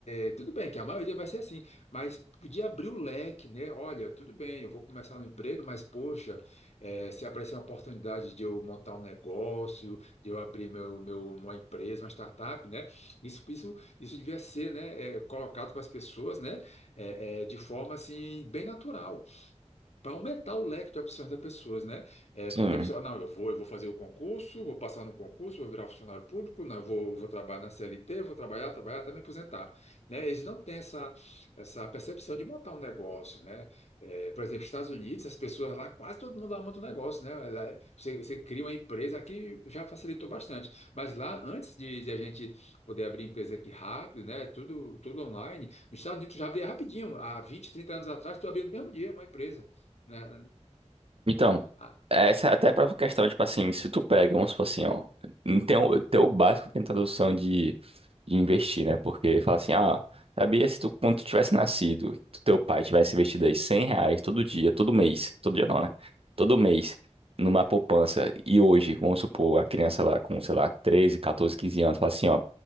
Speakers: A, on the left; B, on the right.
A: é, é, tudo bem que a maioria vai ser assim, mas podia abrir o leque, né? Olha, tudo bem, eu vou começar no emprego, mas poxa, é, se aparecer uma oportunidade de eu montar um negócio, de eu abrir meu, meu, uma empresa, uma startup, né? Isso, isso, isso devia ser, né, é, colocado para as pessoas, né? é, é, de forma assim, bem natural para aumentar o leque de opções das pessoas, né? É,
B: Sim.
A: porque tem pessoa, "Ah, não, eu vou, eu vou fazer o concurso, vou passar no concurso, vou virar funcionário público, não, eu vou, vou trabalhar na CLT, vou trabalhar, trabalhar até me aposentar, né? Eles não têm essa, essa percepção de montar um negócio, né? É, por exemplo, Estados Unidos, as pessoas lá, quase todo mundo lá monta um negócio, né? Ela- Você, você cria uma empresa, aqui já facilitou bastante, mas lá, antes de, de a gente poder abrir empresa aqui rápido, né? Tudo, tudo online, nos Estados Unidos já abria rapidinho, há 20, 30 anos atrás, tu abria no mesmo dia uma empresa né?
B: Então,
A: Ah,
B: essa é até para própria questão, tipo assim, se tu pega, vamos supor assim, ó, não tem o, tem o básico tem tradução de, de investir, né? Porque fala assim, ah, sabia se tu, quando tu tivesse nascido, tu- teu pai tivesse investido aí 100 reais todo dia, todo mês, todo dia não, né? Todo mês, numa poupança, e hoje, vamos supor, a criança lá com, sei lá, 13 14 15 anos, fala assim, ó,